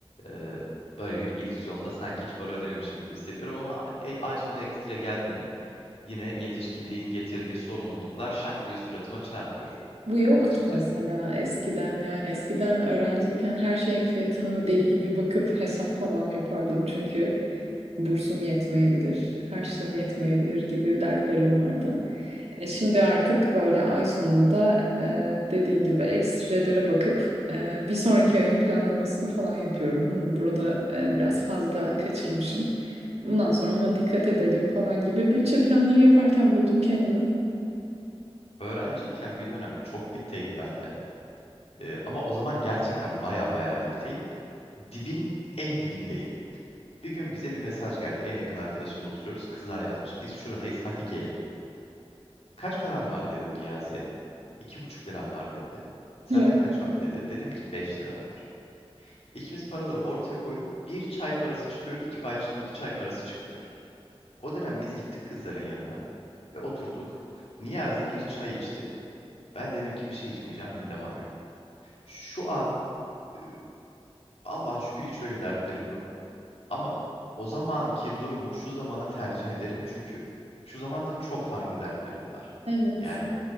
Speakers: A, on the left; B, on the right.
A: e, böyle bir illüzyonla sanki hiç para ödememişim gibi hissediyorum ama ay, ay sonu ekstra geldi mi yine yetişkinliğin getirdiği sorumluluklar şak diye suratıma çarpıyor
B: Bu yoktu
A: açıkçası.
B: mesela eskiden yani eskiden öğrenciyken her şeyin fiyatına deli gibi bakıp hesap falan yapardım çünkü bursum yetmeyebilir, harçlığım yetmeyebilir gibi dertlerim vardı. E, şimdi artık böyle ay sonunda e, dediğin gibi ekstrelere bakıp e, bir sonraki ayın planlamasını falan yapıyorum. Hmm, burada e, biraz fazla kaçırmışım. Bundan sonra ona dikkat edelim falan gibi bütçe planları yaparken buldum kendimi.
A: Öğrenciyken bir dönem çok dipteyim ben de. E, ama o zaman gerçekten baya baya dipteyim. Dibin en dibindeyim. Bir gün bize bir mesaj geldi. En yakın arkadaşımla oturuyoruz. Kızlar yazmış. Biz şuradayız. Hadi gelin. Kaç param var dedim Niyazi. İki buçuk liram var dedi. Sende
B: Ya.
A: kaç var dedi. Dedim ki beş liram var. İkimiz paraları ortaya koyduk. Bir çay parası çıkıyor, iki, pay, iki çay parası çıkıyor. O dönem biz gittik kızların yanına ve oturduk. Niyazi bir çay içti. Ben dedim ki bir şey içmeyeceğim, midem ağrıyor. Şu an e, Allah'a şükür hiç öyle dertlerim yok. Ama o zamanki durumu şu zamana tercih ederim çünkü şu zamanda çok farklı dertlerim var.
B: Evet.
A: Yani